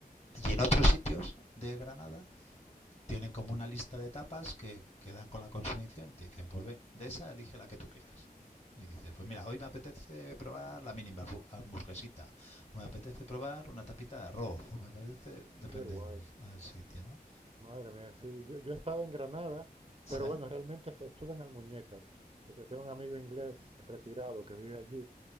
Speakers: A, on the left; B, on the right.
A: Y en otros sitios de Granada tienen como una lista de tapas que, que dan con la consumición y te dicen, pues ven, de esa elige la que tú quieras. Y dices, pues mira, hoy me apetece probar la mini hamburguesita, o me apetece probar una tapita de arroz, o me apetece, depende
B: qué guay.
A: del el sitio, ¿no?
B: Madre mía, sí, yo, yo he estado en Granada,
A: ¿Sí?
B: pero bueno, realmente f- estuve en Almuñécar, porque tengo un amigo inglés retirado que vive allí,